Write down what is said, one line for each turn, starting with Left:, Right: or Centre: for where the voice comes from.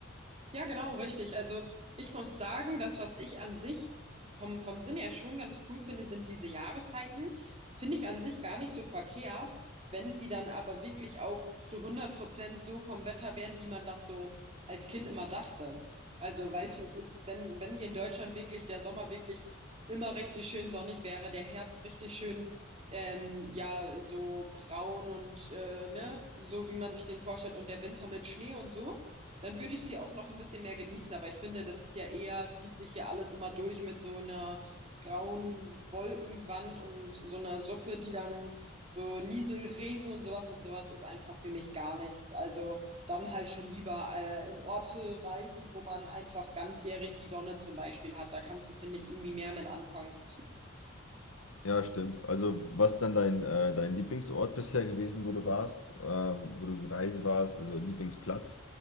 Right: Ja, genau, richtig. Also ich muss sagen, das, was ich an sich vom, vom Sinn her schon ganz cool finde, sind diese Jahreszeiten. Finde ich an sich gar nicht so verkehrt, wenn sie dann aber wirklich auch zu hundert Prozent so vom Wetter wären, wie man das so als Kind immer dachte. Also weißt du, es ist, wenn, wenn hier in Deutschland wirklich der Sommer wirklich immer richtig schön sonnig wäre, der Herbst richtig schön, ähm, ja, so braun und äh, ne, so wie man sich den vorstellt und der Winter mit Schnee und so dann würde ich sie auch noch ein bisschen mehr genießen, aber ich finde, das ist ja eher, zieht sich hier alles immer durch mit so einer grauen Wolkenwand und so einer Suppe, die dann so Nieselregen und sowas und sowas ist einfach für mich gar nichts. Also dann halt schon lieber äh, in Orte reisen, wo man einfach ganzjährig die Sonne zum Beispiel hat. Da kannst du, finde ich, irgendwie mehr mit anfangen.
Left: Ja, stimmt. Also was ist dann dein, äh, dein Lieblingsort bisher gewesen, wo du warst, äh, wo du reisen warst, also Lieblingsplatz,